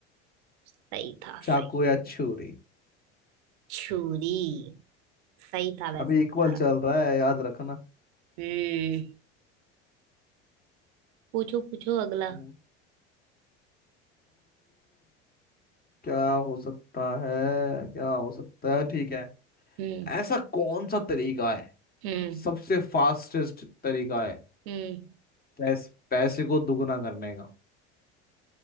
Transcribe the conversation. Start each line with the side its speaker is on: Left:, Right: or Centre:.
Right: सही था
Left: चाकू
Right: सही
Left: या छुरी
Right: छुरी सही था वैसे
Left: अभी
Right: तुम्हारा
Left: इक्वल चल रहा है याद रखना
Right: हम्म पूछो पूछो अगला
Left: हम्म, क्या हो सकता है क्या हो सकता है ठीक है
Right: हम्म
Left: ऐसा कौन सा तरीका है
Right: हम्म
Left: सबसे फास्टेस्ट तरीका है
Right: हम्म
Left: पैस, पैसे को दुगना करने का